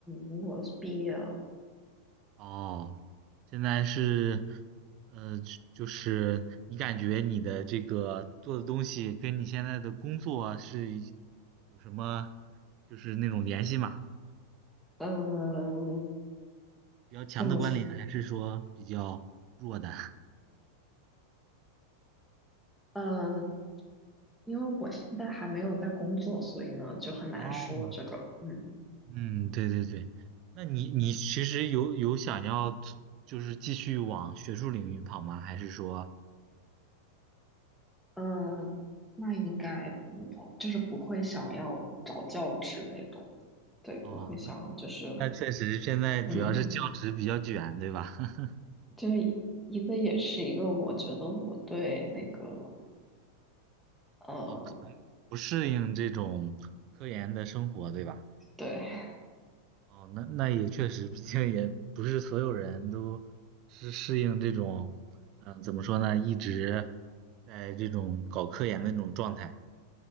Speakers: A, in the centre; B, on the right.
A: 如果是毕业了，
B: 哦，现在是，呃，就就是你感觉你的这个做的东西跟你现在的工作是有什么就是那种联系吗？
A: 呃，
B: 比较强的关联，
A: 这么说，
B: 还是说比较弱的？
A: 呃，因为我现在还没有在工作，所以呢就很难说这个，
B: <laughs> 哦，
A: 嗯，
B: 嗯，对对对，那你你其实有有想要就是继续往学术领域跑吗？还是说，
A: 呃，那应该不会，就是不会想要找教职那种的对，
B: 哦，
A: 不会想就是，
B: 那那确实现在主要是教职比较卷，
A: 嗯，
B: 对吧？<laughs>
A: 就是一个也是一个，我觉得我对那个，呃，
B: 哦，可能不适应这种科研的生活，对吧？
A: 对，
B: 哦，那那也确实，毕竟也不是所有人都是适应这种，嗯、怎么说呢，一直在这种搞科研的那种状态。